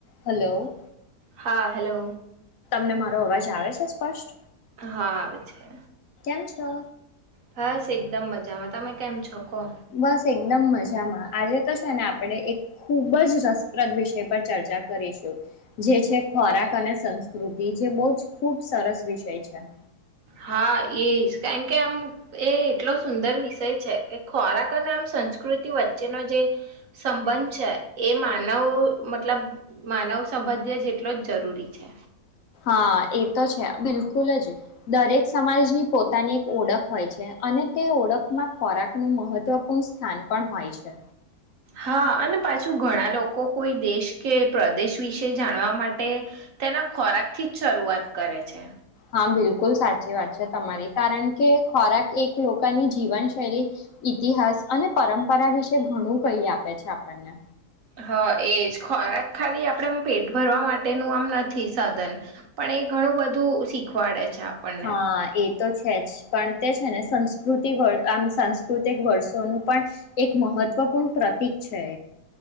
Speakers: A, on the left (about 65°); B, on the right (about 60°).
A: Hello.
B: હા hello.
A: અને મારો અવાજ આવે છે સ્પષ્ટ.
B: હા આવે છે.
A: કેમ છો?
B: બસ એકદમ મજામાં તમે કેમ છો? કહો
A: બસ એકદમ મજામાં આજે તો આપણે એક ખૂબ જ રસપ્રદ વિષય પર ચર્ચા કરીશું જે છે ખોરાક અને સંસ્કૃતિ જે બહુ જ ખૂબ સરસ વિષય છે.
B: હા એ જ કારણ કે આમ એ એટલો સુંદર વિષય છે કે ખોરાક અને આમ સંસ્કૃતિ વચ્ચેનો જે સંબંધ છે એ માનવ મતલબ માનવ સંબંધ્ય જેટલો જ જરૂરી છે.
A: હા એ તો છે બિલકુલ જ દરેક સમાજની પોતાની એક ઓળખ હોય છે અને તે ઓળખમાં ખોરાકનું મહત્વપૂર્ણ સ્થાન પણ હોય છે.
B: હા અને પાછું ઘણા લોકો કોઈ દેશ કે પ્રદેશ વિશે જાણવા માટે તેના ખોરાક થી જ શરૂઆત કરે છે.
A: હા બિલકુલ સાચી વાત છે તમારી કારણ કે ખોરાક એક લોકોની જીવનશૈલી ઈતિહાસ અને પરંપરા વિશે ઘણું કહી આપે છે આપણને.
B: હા એજ ખોરાક ખાલી આપણેમ પેટ ભરવા માટેનું આમ નથી સાધન પણ એ ઘણું બધું શીખવાડે છે. અચ્છા આપણને.
A: હા એ તો છે જ પણ તે છે ને સંસ્કૃતિ આમ સાંસ્કૃતિક વર્ષોનું પણ એક મહત્વપૂર્ણ પ્રતીક છે.